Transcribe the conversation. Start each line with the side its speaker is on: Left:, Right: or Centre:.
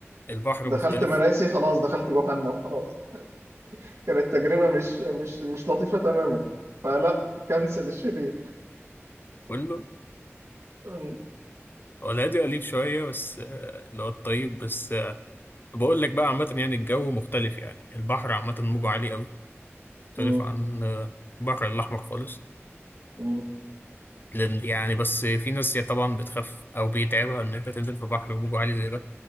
Left: البحر
Right: دخلت
Left: مختلف
Right: مراسي خلاص دخلت جهنم خلاص كانت تجربة مش مش مش لطيفة تماما فلا كنسل الشرير
Left: كله
Right: مم.
Left: هو الهادي قليل شويه بس آه، اللي هو الطيب بس آه، بقول لك بقى عامه يعني الجو مختلف يعني البحر عامه موجه عالي قوي مختلف
Right: مم.
Left: عن آه، البحر الاحمر خالص
Right: مم.
Left: لأن- يعني بس في ناس يعني طبعا بتخاف او بيتعبها ان انت تنزل في بحر وموجه عالي زي ده